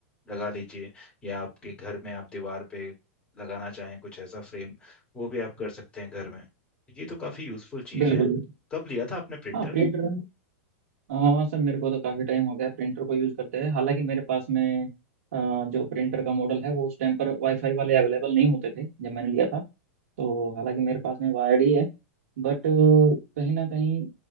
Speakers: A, on the left (about 15°); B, on the right (about 75°).
A: लगा लीजिए या आपके घर में आप दीवार पे लगाना चाहें कुछ ऐसा फ्रेम वो भी आप कर सकते हैं घर में ये तो काफ़ी यूज़फुल चीज़
B: बिल्कुल
A: है
B: बिल्कुल।
A: कब लिया था आपने प्रिंटर
B: हाँ प्रिंटर हाँ सर मेरे को तो काफ़ी टाइम हो गया प्रिंटर को यूज़ करते हैं हालांकि मेरे पास में अ, जो प्रिंटर का मॉडल है वो उस टाइम पर वाईफाई वाले अवेलेबल नहीं होते थे जब मैंने लिया था तो हालांकि मेरे पास में वायर्ड ही है बट कहीं ना कहीं